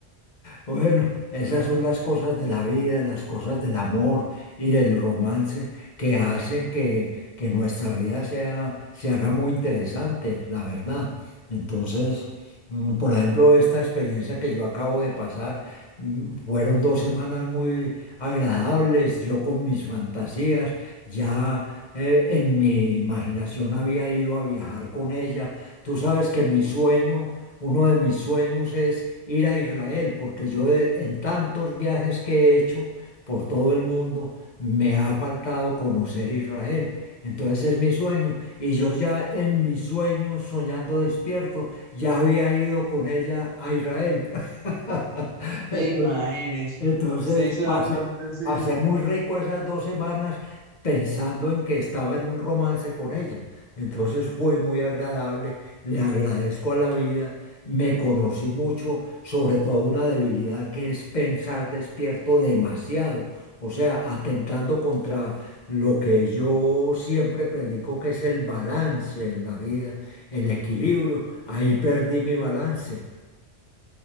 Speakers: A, on the left (about 45°); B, on the right (about 30°).
A: Bueno, esas son las cosas de la vida, las cosas del amor y del romance que hacen que, que nuestra vida sea, se haga muy interesante, la verdad. Entonces, Mm, Por ejemplo, esta experiencia que yo acabo de pasar, mm, fueron dos semanas muy agradables, yo con mis fantasías, ya eh, en mi imaginación había ido a viajar con ella. Tú sabes que mi sueño, uno de mis sueños es ir a Israel, porque yo de- en tantos viajes que he hecho por todo el mundo, me ha faltado conocer Israel. Entonces es mi sueño. Y yo ya en mis sueños, soñando despierto, ya había ido con ella a Israel. <laughs> Entonces,
B: imagínense,
A: entonces
B: se hizo
A: pasé,
B: la fantasía,
A: pasé
B: <laughs>
A: muy rico esas dos semanas pensando en que estaba en un romance con ella. Entonces fue muy agradable, le agradezco a la vida, me conocí mucho, sobre todo una debilidad que es pensar despierto demasiado, o sea, atentando contra lo que yo siempre predico que es el balance en la vida, el equilibrio. Ahí perdí mi balance,